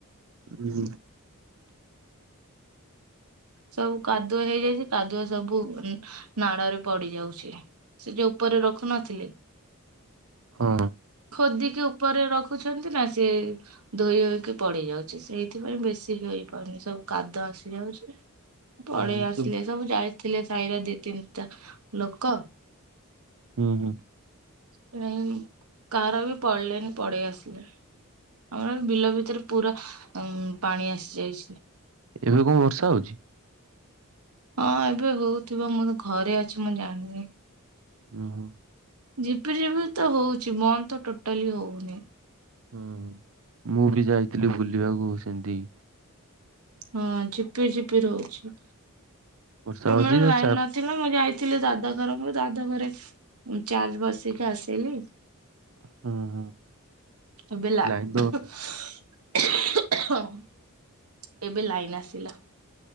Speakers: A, on the right; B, on the right.
A: ହୁଁ ହୁଁ।
B: ସବୁ କାଦୁଅ ହେଇଯାଇଛି କାଦୁଅ ସବୁ ଉଁ ନାଡରେ ପଡି ଯାଉଛି। ସେ ଯଉ ଉପରେ ରଖୁ ନଥିଲେ।
A: ହଁ
B: ଖୋଦି ରଖୁଛନ୍ତି ନା। ସେ ଧୋଇ ହୋଇକି ପଡ଼ି ଯାଉଚି, ସେଇଥିପାଇଁ ବେଶୀ ହେଇ ପାରୁନି। ସବୁ କାଦ ଆସି ଯାଉ ପଳେଇ
A: ଉଁ,
B: ଆସ୍‌ଲେ,
A: ସେ
B: ସବୁ ଯାଇଥିଲେ ସାଇରେ ଦିଇ ତିନନ୍‌ଟା ଲୋକ।
A: ଉଁ ହୁଁ।
B: <inaudible> ଆମର ବିଲ ଭିତରେ ପୁରା ପାଣି ଆସି ଯାଇ।
A: ଏବେ କ'ଣ ବର୍ଷା ହଉଚି?
B: ହଁ! ଏବେ ହଉଥିବ, ମୁଁ ତ ଘରେ ଅଛି ମୁଁ ଜାଣ୍ନି।
A: <inaudible>
B: ଝିପିଝିପି ତ ହଉଚି, ବନ୍ଦ୍ ତ ଟୋଟାଲି ହଉନି।
A: ହୁଁ, ମୁଁ ବି ଯାଇଥିଲି ବୁଲିବାକୁ ସେନ୍ତି
B: ହଁ! ଝିପିଝିପି ରହୁଛି,
A: ବର୍ଷା
B: ତମ
A: ହଉଛି
B: ଲାଇନ୍‌
A: ଯେ ଚା
B: ନଥିଲା, ମୁଁ ଯାଇ ଥିଲେ ଦାଦା ମୁଁ ଦାଦା ଘରେ ଚାର୍ଜ ବସେଇକି ଆସିଲି।
A: <inaudible>
B: <inaudible>
A: ଲାଇନ ତ
B: ଏବେ ଲାଇନ୍ ଆସିଲା।